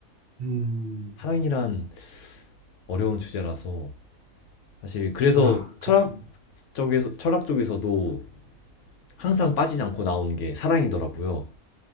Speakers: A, on the right (about 55°); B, on the left (about 65°).
A: 음,
B: 사랑이란 어려운 주제라서 사실 그래서
A: 아, 그죠.
B: 철학 쪽에서 철학 쪽에서도 항상 빠지지 않고 나오는 게 사랑이더라고요.